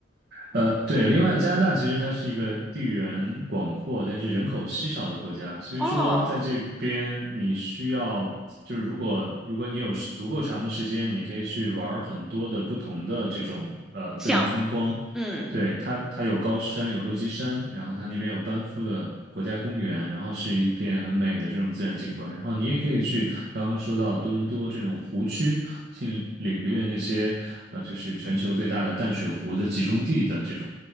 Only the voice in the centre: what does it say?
哦，
项目，嗯，